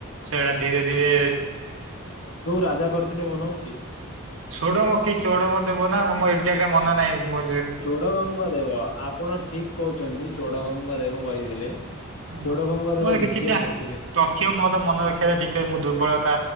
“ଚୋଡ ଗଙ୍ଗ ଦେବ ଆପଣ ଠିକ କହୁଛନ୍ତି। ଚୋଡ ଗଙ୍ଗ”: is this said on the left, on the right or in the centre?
Left